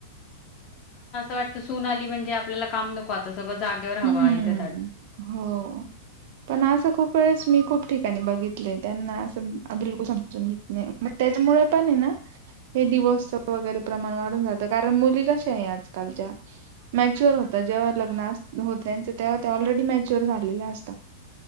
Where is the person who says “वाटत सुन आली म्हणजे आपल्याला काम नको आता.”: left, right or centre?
Left